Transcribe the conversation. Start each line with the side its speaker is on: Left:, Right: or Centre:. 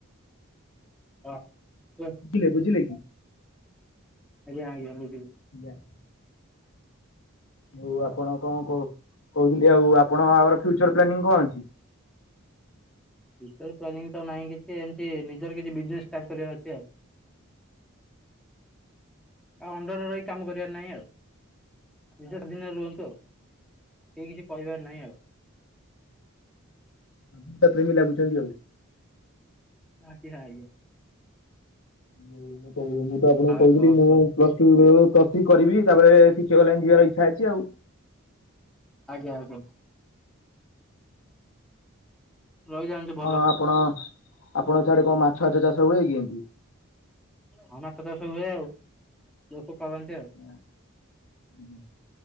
Centre: ହଁ କୁହ?
Left: ବୁଝିଲେ ବୁଝିଲେ କି?
Centre: ଆଜ୍ଞା ଆଜ୍ଞା ବୁଝିଲି।
Left: ଆଜ୍ଞା। ହଉ ଆପଣ କଣ କ କହୁଥିଲି ଆଉ ଆପଣ ଆମର ଫ୍ୟୁଚର ପ୍ଲାନିଂ କଣ ଅଛି?
Centre: ଫ୍ୟୁଚର ପ୍ଲାନିଂ ତ ନାହିଁ କିଛି। ଏମିତି ନିଜର କିଛି ବିଜେନେସ୍ ଷ୍ଟାର୍ଟ କରିବାର ଅଛି ଆଉ। ଆଉ ଅଣ୍ଡରରେ ରହି କାମ କରିବାର ନାହିଁ ଆଉ। ନିଜ ଅଧୀନରେ ରୁହନ୍ତୁ ଆଉ, କେହି କିଛି କହିବାର ନାହିଁ ଆଉ।
Left: <inaudible> ପ୍ରେମୀ ଲାଗୁଛନ୍ତି ଆଉ।
Centre: ଆଜ୍ଞା, ଆଜ୍ଞା।
Left: ମୁଁ ମୁଁ ତ ଏ ମୁଁ ତ ଆପଣଙ୍କୁ
Centre: ଆଉ
Left: କହିଥିଲି
Centre: କଣ
Left: ମୁଁ
Centre: କୁହନ୍ତୁ
Left: ପ୍ଲସ୍ ଟୁ <unintelligible> ପ୍ଲସ୍ ଥ୍ରୀ କରିବି ତାପରେ ଶିକ୍ଷିକ ଲାଇନ୍ ଯିବାର ଇଚ୍ଛା ଅଛି ଆଉ।
Centre: ଆଜ୍ଞା, ଆଜ୍ଞା। ରହିଯାଆନ୍ତୁ ଭଲ
Left: ହଁ ଆପଣ ଆପଣ ସାଡେ କଣ ମାଛ ଫାଛ ଚାଷ ହୁଏ କି ଏମତି?
Centre: ହଁ ମାଛ ଚାଷ ହୁଏ ଆଉ, ଲୋକ କରନ୍ତି ଆଉ।
Left: <inaudible>